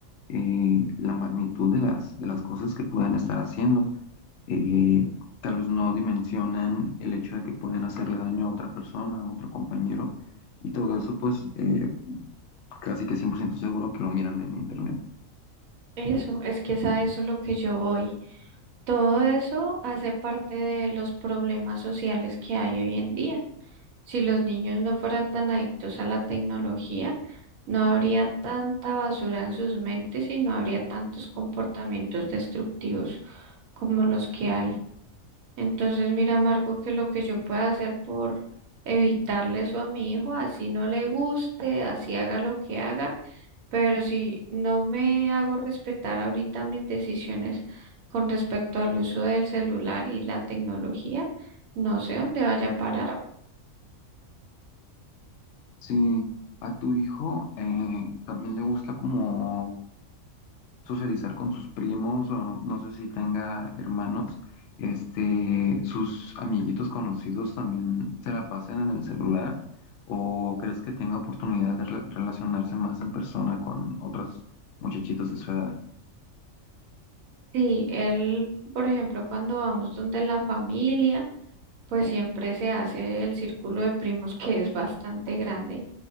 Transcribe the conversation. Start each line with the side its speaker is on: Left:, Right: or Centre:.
Left: eh, la magnitud de las, de las cosas que pueden estar haciendo. Eh, tal vez no dimensionan el hecho de que pueden hacerle daño a otra persona, a otro compañero y todo eso pues eh, casi que 100% seguro que lo miran en internet.
Right: Eso, es que es a eso lo que yo voy. Todo eso hace parte de los problemas sociales que hay hoy en día. Si los niños no fueran tan adictos a la tecnología, no habría tanta basura en sus mentes y no habría tantos comportamientos destructivos como los que hay. Entonces, mira, Marco, que lo que yo pueda hacer por evitarle eso a mi hijo, así no le guste, así haga lo que haga, pero si no me hago respetar ahorita mis decisiones con respecto al uso del celular y la tecnología, no sé dónde vaya a parar.
Left: Si a tu hijo eh, también le gusta como socializar con sus primos o no, no sé si tenga hermanos, este, sus amiguitos conocidos también se la pasen en el celular o crees que tenga oportunidad de re- relacionarse más en persona con otros muchachitos de su edad?
Right: Sí, él, por ejemplo, cuando vamos donde la familia, pues siempre se hace el círculo de primos que es bastante grande